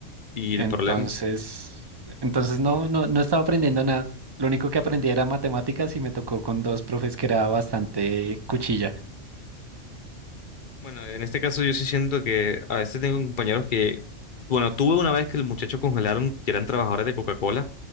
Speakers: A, on the left; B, on the right.
A: ¿Y el
B: Entonces,
A: problema?
B: entonces no, no, no estaba aprendiendo nada. Lo único que aprendí era matemáticas y me tocó con dos profes que era bastante cuchilla.
A: Bueno, en este caso yo sí siento que a veces tengo compañeros que, bueno, tuve una vez que el muchacho congelaron que eran trabajadores de Coca-Cola